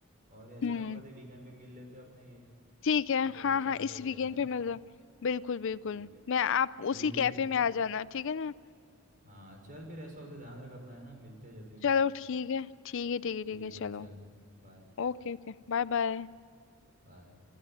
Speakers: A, on the right; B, on the left.
A: और ऐसे
B: हम्म
A: काम करते वीकेंड पे मिल लेते हैं अपने ये
B: ठीक है
A: और तब
B: हाँ
A: डिसाइड
B: हाँ इस
A: भी हो जाएगा
B: वीकेंड
A: है
B: पे
A: ना
B: मिल जाओ बिल्कुल बिल्कुल
A: ठीक है
B: मैं आप
A: ठीक
B: उसी
A: है
B: कैफे
A: फिर
B: में आ जाना ठीक है ना
A: हाँ चल फिर ऐसा हो तो ध्यान रख अपना है ना मिलते हैं जल्दी फिर
B: चलो ठीक है ठीक है ठीक है
A: ठीक
B: ठीक है
A: है
B: चलो
A: चल बाय
B: Okay okay bye bye
A: बाय